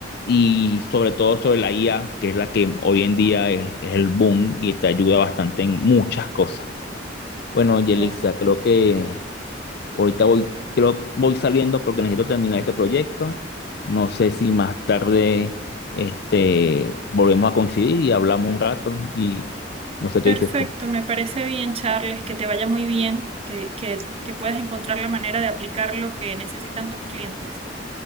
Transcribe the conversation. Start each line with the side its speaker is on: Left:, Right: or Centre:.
Left: y sobre todo sobre la IA, que es la que hoy en día es, es el boom y te ayuda bastante en muchas cosas. Bueno, Yelixa,
Right: Ya.
Left: creo que Ahorita voy, creo- voy saliendo porque necesito terminar este proyecto. No sé si más tarde este, volvemos a coincidir y hablamos un rato y no sé
Right: Perfecto,
Left: qué dices tú.
Right: me parece bien, Charles, que te vaya muy bien, que, que, que puedas encontrar la manera de aplicar lo que necesitan tus clientes.